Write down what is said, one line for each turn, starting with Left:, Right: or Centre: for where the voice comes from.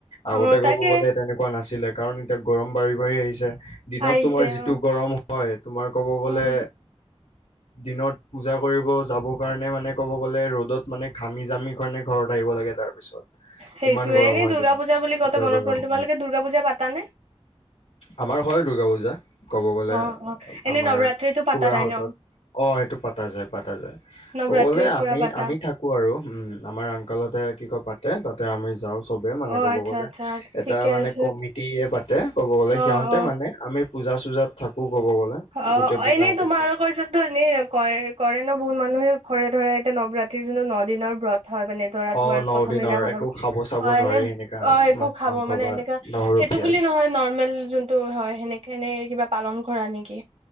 Left: আগতে
Right: অ
Left: কব
Right: তাকে
Left: গ'লে তেনেকুৱা নাছিলে কাৰণ এতিয়া গৰম বাঢ়ি বাঢ়ি আহিছে দিনত
Right: আহিছে
Left: তোমাৰ যিটো
Right: অ
Left: গৰম হয় তোমাৰ ক'ব গলে
Right: উম
Left: দিনত পূজা কৰিব যাব কাৰণে মানে ক'ব গলে ৰ'দত মানে ঘামি জামি কাৰণে ঘৰত আহিব লাগে তাৰ পিছত
Right: সেইটোয়ে
Left: ইমান গৰম
Right: এনেই
Left: হয়
Right: দ দুৰ্গা
Left: দিনত
Right: পূজা বুলি কতে মনত
Left: কৰাৰ
Right: পৰিল
Left: সময়ত
Right: তোমালোকে দুৰ্গা পূজা পাতানে
Left: আমাৰ হয় দুূৰ্গা পূজা কব গলে
Right: অ অ এনে
Left: আমাৰ
Right: নৱৰাত্ৰিতো পাতা
Left: খুৰাহঁতত
Right: যায় ন
Left: অ সটো পাতা যায় পাতা যায়
Right: নৱৰাত্ৰি
Left: কবলে আমি
Right: পুৰা পাতা
Left: আমি থাকো আৰু উম আমাৰ আংকালতে কি কয় পাতে তাতে আমি যাওঁ চবে মানে
Right: অ
Left: ক'ব
Right: আচ্ছা
Left: গ'লে
Right: আচ্ছা
Left: এটা
Right: ঠিকে
Left: মানে
Right: আছে
Left: কমিটিে পাতে ক'ব গ'লে
Right: অ
Left: সিহঁতে
Right: অ
Left: মানে আমি পূজা চূজাত থাকো ক'ব গ'লে
Right: অ
Left: গোটেই পূজাটোত
Right: এনেই তোমালোকৰ
Left: থাকো
Right: যৰততো এনেই কৰে কৰে ন বহুত মানুহে ঘৰে ধৰে এতিয়া নৱৰাত্ৰিৰ যো ন দিনৰ ব্ৰত হয় মানে ধৰা
Left: অ
Right: তোমাৰ
Left: ন
Right: প্ৰথম
Left: দিনৰ
Right: দিনাখন
Left: একো
Right: অ
Left: খাব চাব নোৱাৰি
Right: এনে
Left: সেনেকা
Right: অ একো
Left: মাছ
Right: খাব
Left: মাংস
Right: মানে
Left: বা
Right: এনেকা
Left: নহৰু
Right: এইটো
Left: পিয়াজ
Right: বুলি নহয় নৰ্মেল যোনটো হয় সেনেকে এনে কিবা পালন কৰা নেকি